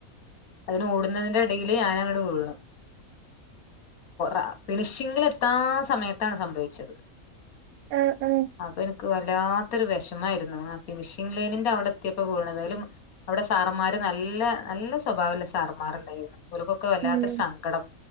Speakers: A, on the left; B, on the right.
A: അതിന് ഓടുന്നതിന്റെ ഇടയില് ഞാനങ്ങട്ട് വീണു അ ഫിനിഷിങ്ങിൽ എത്താൻ സമയത്താണ് സംഭവിച്ചത്
B: ആഹ് ആഹ്
A: അപ്പൊ എനിക്ക് വല്ലാത്തൊരു വിഷമായിരുന്നു ഫിനിഷിംഗ് ലൈനിന്റെ അവിടെ എത്തിയപ്പോ വീണത്. അതില് അവിടെ സാറമ്മാര് നല്ല നല്ല സ്വഭാവള്ള സാറമ്മാര് മാരുണ്ടായിരുന്നു. ഓൽക്കൊക്കെ വല്ലാത്തൊരു
B: ഉം
A: സങ്കടം